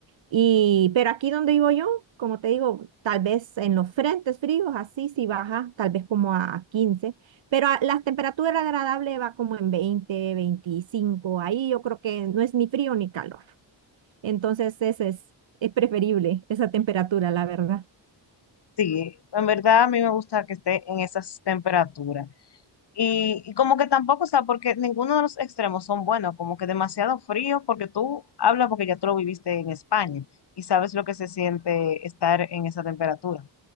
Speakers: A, on the right (about 70°); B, on the left (about 55°).
A: Y, pero aquí donde vivo yo, como te digo, tal vez en los frentes fríos, así sí baja, tal vez como a quince pero a- la temperatura agradable va como en veinte veinticinco ahí yo creo que no es ni frío ni calor. Entonces ese es, es preferible, esa temperatura, la verdad.
B: Sí, en verdad a mí me gusta que esté en esas temperaturas. Y, y como que tampoco, o sea, porque ninguno de los extremos son buenos, como que demasiado frío, porque tú hablas porque ya tú lo viviste en España y sabes lo que se siente estar en esa temperatura.